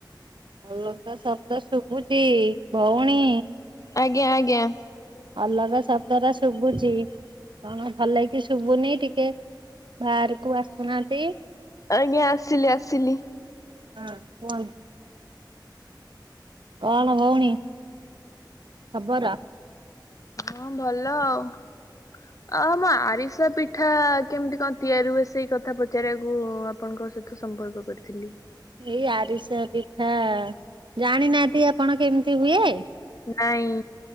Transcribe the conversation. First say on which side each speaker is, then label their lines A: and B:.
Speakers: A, on the right; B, on the left.
A: ଲୋକ ଶବ୍ଦ ଶୁଭୁଚି ଭୋଉଣୀ।
B: ଆଜ୍ଞା ଆଜ୍ଞା।
A: ଅଲଗା ଶବ୍ଦରା ଶୁଭୁଚି କଣ ଭଲକି ଶୁଭୁନି ଟିକେ ବାହାରକୁ ଆସୁନାହାନ୍ତି।
B: ଆଜ୍ଞା ଆସିଲି ଆସିଲି।
A: ହଁ କୁହନ୍ତୁ। କଣ ଭୋଉଣୀ ଖବର?
B: ହଁ ଭଲ ଆଉ। ଅଉ ଆମ ଆରିସା ପିଠା କେମତି କଣ ତିଆରି ହୁଏ ସେଇ କଥା ପଚାରିବାକୁ ଆ ଆପଣଙ୍କ ସହିତ ସମ୍ପର୍କ କରିଥିଲି।
A: ଏଇ ଆରିସା ପିଠା ଜାଣିନାହାନ୍ତି ଆପଣ କେମିତି ହୁଏ।
B: ନାଇଁ।